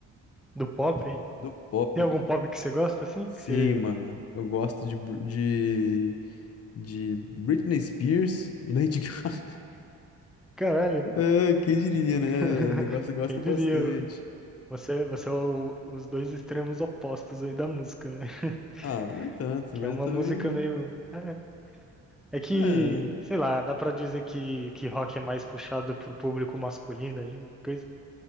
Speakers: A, in the centre; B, on the left.
A: Do pop?
B: Do pop,
A: Tem
B: velho.
A: algum pop que você gosta assim?
B: Sim,
A: Que você.
B: mano. Eu gosto de, Br- de, de Britney Spears, Lady Gaga. <laughs>
A: Caralho.
B: Ah, quem diria, né?
A: <laughs>
B: Eu gosto, gosto
A: Quem diria?
B: bastante.
A: Você, você é o- os dois extremos opostos aí da música, né? <laughs>
B: Ah, nem tanto,
A: Que
B: mas
A: é uma
B: eu também.
A: música meio. É, é que,
B: É.
A: sei lá, dá pra dizer que, que rock é mais puxado pro público masculino ali, coisa.